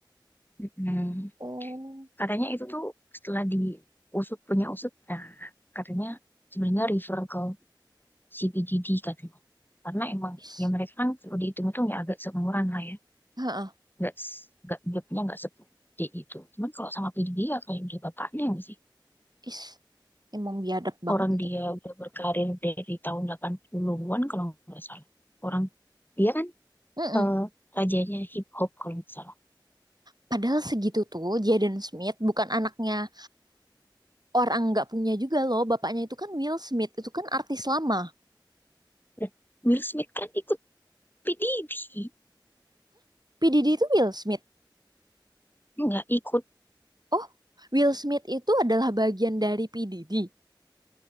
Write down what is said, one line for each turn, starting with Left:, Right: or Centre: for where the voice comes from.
Left: Mm-mm.
Right: Oh.
Left: Katanya itu tuh setelah diusut punya usut, nah, katanya sebenarnya refer ke CPGD katanya. Karena emang
Right: Is.
Left: ya mereka kan kalau dihitung itu ya agak seumuran lah ya.
Right: Heeh.
Left: Nggak, s- nggak jobnya nggak segede itu. Cuman kalau sama PD ya kayak udah bapaknya nggak sih.
Right: Is, emang biadab banget
Left: Orang
Right: itu.
Left: dia udah berkarir dari tahun 80-an kalau nggak salah. Orang dia kan
Right: Mm-mm.
Left: eh, rajanya hip hop kalau nggak salah.
Right: Padahal segitu tuh Jaden Smith bukan anaknya orang nggak punya juga loh. Bapaknya itu kan Will Smith, itu kan artis lama.
Left: Udah, Will Smith kan ikut PDD
Right: P. Diddy itu Will Smith.
Left: nggak ikut
Right: Oh, Will Smith itu adalah bagian dari P. Diddy.